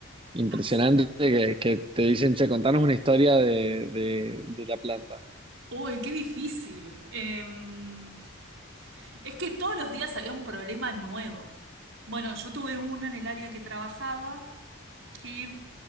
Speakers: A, on the right; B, on the right.
A: impresionante
B: ac-
A: que, que te dicen, che, contanos una historia de, de, de la planta?
B: Uy, qué difícil. Em, Es que todos los días había un problema nuevo. Bueno, yo tuve uno en el área que trabajaba que,